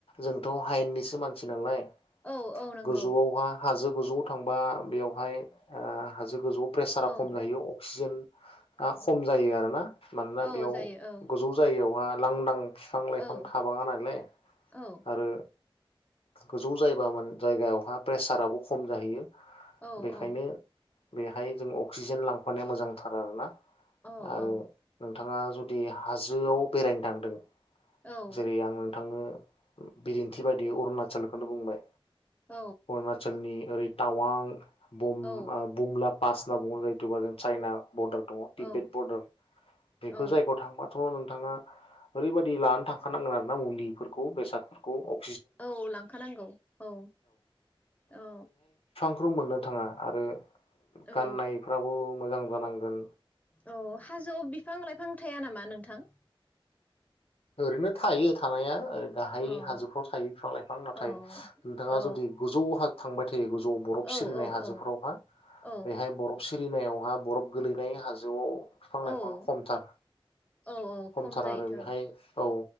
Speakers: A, on the left; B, on the left.
A: जोंथ' हायेननिसो मानसि नालाय
B: औ औ नोंगौ।
A: गोजौआवहा हाजो गोजौआव थांबा बेयावहाय ओ हाजो गोजौआव प्रेसारा
B: औ
A: खम जाहैयो अक्सिजेन आ खम जायो आरोना मानोना
B: औ
A: बेयाव
B: जायो
A: गोजौ दैयावहा लांदां फिफां लाइफां
B: औ
A: थाबाङा नालाय
B: औ
A: आरो गोजौ जायबा मान जायगायावहा प्रेसाराबो खम जाहैयो।
B: औ
A: बेखायनो
B: औ
A: बेहाय जों अक्सिजेन लांफानाया मोजांथार आरोना
B: औ
A: आरो नों थाङा जुदि हाजोआव बेरायनो थांदों
B: औ औ
A: जेरै आं नोंथांनो उम बिदिन्थ बे अरुणाचल खौनो बुंबाय
B: औ
A: अरुणाचलनि ओरै टावां बुम
B: औ
A: ओ बुमला पास होना बुङो जायख दुबाजों चाइना बर्दार दङ टिब्बेट
B: औ
A: बरदार बेफोर
B: औ
A: जायगायाव थांबाथ' नो थाङा ओरैबादि लानानै थांखानांगोन आरो ना मुलिफोर खौ बेसादफोरखौ औ।
B: ओ औ लांखानांगौ औ औ।
A: खौ मोननो थाङा आरो गाननायफ्राबो
B: औ
A: मोजां जानांग गोन
B: औ हाजोआव बिफां लाइफां थ थाया नामा नोंथां?
A: ओरैनो थायो थानाया ओर गाहाय
B: औ
A: हाजोफ्राव थायो बिफां लाइफां नाथाय
B: औ
A: नोंथाङा
B: औ
A: जुदि गोजौ हाज थांबोथ <inaudible> बरफ
B: औ
A: सिरिनाय
B: औ
A: हाजोफोरावहा
B: औ
A: बेवहाय बरफ सिरि सिरिनायावहा बरफ गोलैनाय हाजोआव बिफां
B: औ
A: लाइफां खमथार।
B: औ औ
A: खमथार
B: खम जायोथ'
A: आरो बेहाय औ